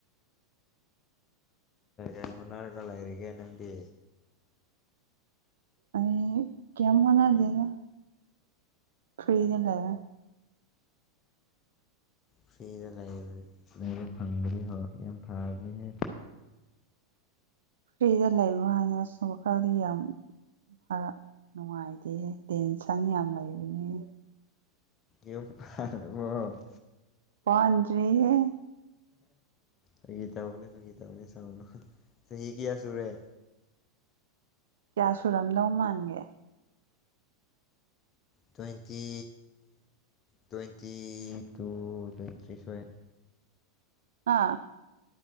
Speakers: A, on the left (about 25°); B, on the right (about 60°).
A: ꯀꯩ ꯍꯣꯠꯅꯔꯒ ꯂꯩꯔꯤꯒꯦ ꯅꯪꯗꯤ
B: ꯑꯩ ꯀꯦꯝ ꯍ‌ꯣꯠꯅꯥꯗꯦꯗ ꯐ꯭ꯔꯤꯗ ꯂꯩꯔ‌ꯦ
A: ꯐ꯭ꯔꯤꯗ ꯂꯩꯕ ꯐꯪꯕꯅꯤ ꯍꯣ ꯌꯥꯝ ꯐꯕꯅꯤꯍꯦ
B: ꯐ꯭ꯔꯤꯗ ꯂꯩꯌ ꯍꯥꯏꯅꯁꯨꯨꯝ ꯃꯈꯜꯗꯤ ꯌꯥꯝ ꯔ ꯅꯨꯡꯉꯥꯏꯇꯦꯍꯦ ꯇꯦꯟꯁꯟ ꯌꯥꯝ ꯂꯩꯕꯅꯦꯍ‌ꯦ
A: ꯌꯨꯝ ꯄꯥꯜꯂꯕꯣ
B: ꯄꯥꯟꯗ꯭ꯔꯤꯌ‌ꯦ
A: ꯐꯪꯒꯤ ꯇꯧꯅꯦ ꯐꯪꯒꯤ ꯇꯧꯅꯦ ꯁꯥꯎꯅꯨ ꯆꯍꯤ ꯀꯌꯥ ꯁꯨꯔꯦ
B: ꯀꯌꯥ ꯁꯨꯔꯝꯗꯧ ꯃꯥꯟꯒꯦ
A: twenty twenty two twenty three ꯁ꯭ꯋꯥꯏ
B: ꯍꯥ